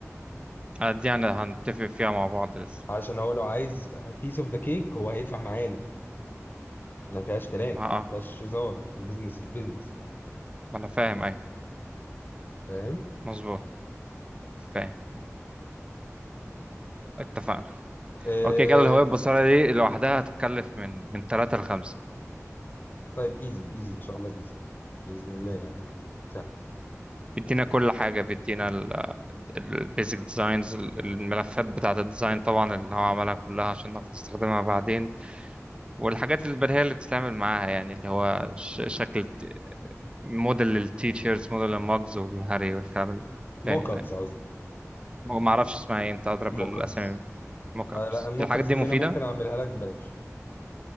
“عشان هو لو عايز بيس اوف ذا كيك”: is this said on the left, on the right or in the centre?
Left